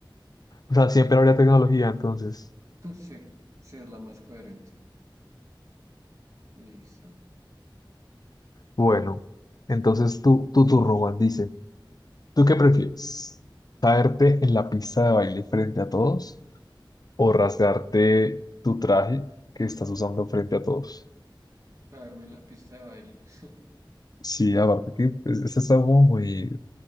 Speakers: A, on the left; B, on the right.
A: o sea, siempre habría tecnología, entonces,
B: <laughs> Sí, sí es la más coherente. Listo.
A: bueno, entonces tú, tu turno, Juan, dice. ¿Tú qué prefieres? ¿Caerte en la pista de baile frente a todos o rasgarte tu traje que estás usando frente a todos?
B: Caerme en la pista de baile. <laughs>
A: Sí, aparte que pues, este está como muy,